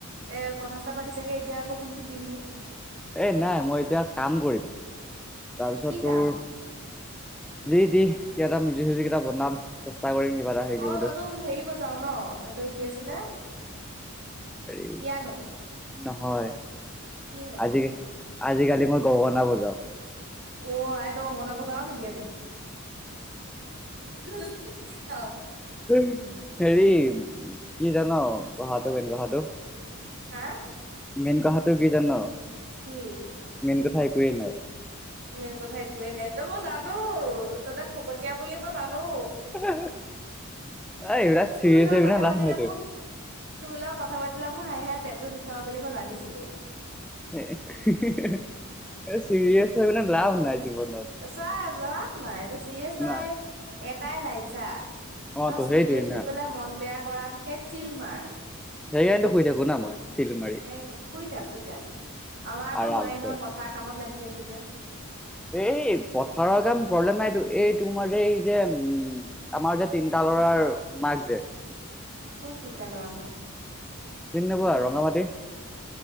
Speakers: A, on the right (about 50°); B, in the centre.
A: এ কথা-চতা পাতি চাগে এতিয়া আকৌ শুই থাকিবি।
B: এই নাই মই এতিয়া কাম কৰিম তাৰপিছত
A: কি
B: তোৰ-
A: কাম
B: জি দি কিবা এটা মিউজিক চিউজিক এটা বনাম। চেষ্টা কৰি কিবা হেৰি এটা।
A: অ,
B: কৰিবলৈ
A: তইতো হেৰি বজাৱ ন, এইটো কি আছিলে?
B: হেৰি
A: পিয়ানো
B: নহয়।
A: কি হয়নো
B: আজি,
A: এইটো
B: আজিকালি মই গগনা বজাওঁ।
A: অ', আই, তই গগনা বজাও নেকি আজিকালি? ঢোলটো শিকি থ।
B: উম' হেৰি, কি জান? কথাটো, মেইন কথাটো।
A: হাঁ?
B: মেইন কথাটো কি জান?
A: কি?
B: মেইন কথা একোৱেই নাই।
A: মেইন কথা একোৱেই নাই, তয় মই জানোঁ, তয় যে ফকতীয়া বুলি মই জানো।
B: এই এইবিলাক চিৰিয়াছ
A: তোৰ লগত
B: হৈ
A: কথা
B: পেলাই
A: পাতিলে
B: লাভ নাইটো।
A: মোৰ তোৰ লগত কথা পাতিলে, মোৰ হাঁহি হাঁহি পেটটো বিষাব বুলি মই জানিছিলোঁ।
B: এ চিৰিয়েছ হৈ পিনাই লাভ নাই জীৱনত।
A: এ চা লাভ নাই তয় চিৰিয়েছ তই
B: নাই
A: এটাই লাইফ চা-
B: অ
A: তই
B: তো
A: চিৰিয়েছ
B: সেইটোৱে
A: হৈ
B: না
A: পেলাই, মন বেয়া কৰাতকে চিল মাৰ।
B: গাড়ি আনোটো শুই থাকো না মই। চিল মাৰি
A: এই কা শুই থাক, শুই থাক। আমাৰ আকৌ
B: আৰামছে
A: নোৱাৰি নহয়, পথাৰ কামত লাগি আছোঁ যে।
B: এই, পথাৰৰ কাম প্ৰব্লেম নাইতো। এই তোমাৰ যে, এই যে উম'। আমাৰ যে, তিনটা ল'ৰাৰ মাক যে।
A: কোন তিনিটা ল'ৰা মাক?
B: চিনি নোপোৱা, ৰঙা মাটি।